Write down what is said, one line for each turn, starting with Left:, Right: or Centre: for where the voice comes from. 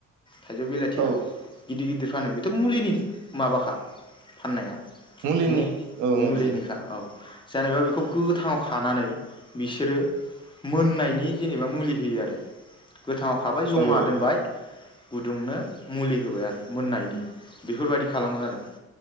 Left: थाइजौ बेलाथिया
Right: औ
Left: गिदिर गिदिर फानो बेथ' मुलिनि माबाखा फाननाया
Right: मुलिनि
Left: मु
Right: औ मुलिनि
Left: मुलिनिखा औ जेनेबा बेखौ गोथाङाव खानानै बिसोरो मोननायनि जेनेबा मुलि होयो आरो गोथाङाव खाबाय जमा
Right: औ
Left: दोनबाय गुदुंनो मुलि होबाय आरो मोननायनि बेफोरबायदि खालामो आरो